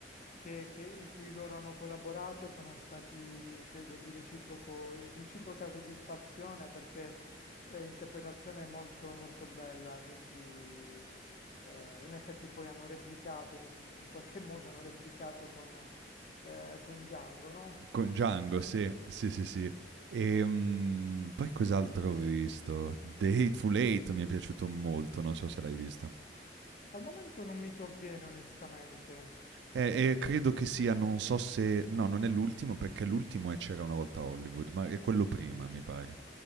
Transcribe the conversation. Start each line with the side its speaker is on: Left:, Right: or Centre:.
Left: che, che- in cui loro hanno collaborato sono stati, credo, di reciproco- reciproca soddisfazione perché eh, interpretazione molto, molto bella, quindi eh, in effetti poi hanno replicato, in, un- in qualche <laughs> modo hanno replicato con, eh, con Django, no?
Right: Con Django, sì, sì, sì, sì. E mm, poi cos'altro ho visto? The Hateful Eight mi è piaciuto molto, non so se l'hai visto.
Left: Al momento non mi sovviene onestamente.
Right: Eh, e credo che sia, non so se no, non è l'ultimo perché l'ultimo è C'era una volta Hollywood, ma è quello prima
Left: Sì.
Right: mi pare.